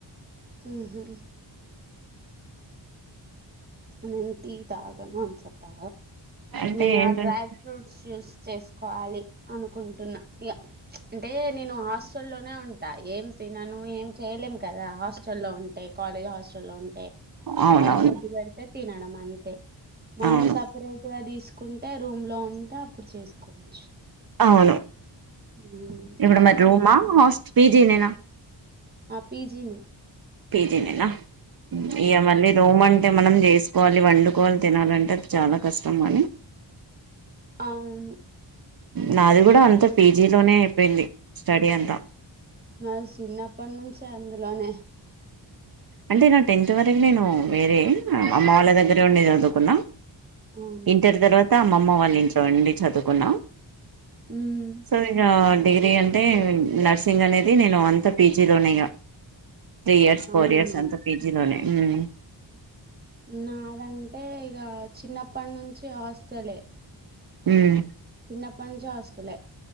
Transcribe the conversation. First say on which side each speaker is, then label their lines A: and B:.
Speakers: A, on the right; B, on the right.
A: మ్మ్ హూ నేను టీ తాగను అని చెప్పా
B: అంటే
A: నేను
B: ఏంటంటే
A: ఆ డ్రై ఫ్రూట్స్ జూస్ చేసుకోవాలి అనుకుంటున్నా ఇగ అంటే నేను హాస్టల్లోనే ఉం ట ఏం తినను ఏం చేయలేం కదా హాస్టల్లో ఉంటే కాలేజ్ హాస్టల్లో ఉం
B: అవునవును
A: వాళ్ళు ఫుడ్డు పెడితే తినడం అంతే మనం
B: అవును
A: సపరేట్ గా తీసుకు కుంటే రూమ్లో ఉంటే అప్పుడు చేసుకోవచ్చు
B: అవును
A: మ్మ్
B: ఇప్పుడు
A: అదే
B: మరి
A: అన్
B: రూమా హస్ పీజీనా
A: ఆ పిజీనే
B: పీజి నేనా ఇగ మళ్ళీ రూమ్ అంటే అంటే మనం చేసుకోవాలి వండుకోని తినాలంటే అది చాలా కష్టం అని
A: అవును
B: నాది కూడా అంత పీజీ లోనే అయిపోయింది స్టడీ అంతా
A: నాది చిన్నప్పటి నుంచి అందులోనే
B: అంటే నా టెన్త్ వరకు నేను వేరే అమ్మ వాళ్ళ దగ్గరే ఉండి చదువుకున్నా
A: అవునా
B: ఇంటర్ తర్వాత అమ్మమ్మ వాళ్ళ ఇంట్లో ఉండి చదువుకున్నా
A: ఉమ్,
B: సరిగా <unintelligible> డిగ్రీ అంటే నర్సింగ్ అనేది నేను అంత పీజీలోనే ఇగ త్రీ ఇయర్స్ ఫోర్
A: అవునా
B: ఇయర్స్ అంతా పీజీలోనే ఉం
A: నాదంటే ఇగ చిన్నప్పటి నుంచి హాస్టలే
B: ఉం
A: చిన్నప్పటి నుంచి హాస్టలే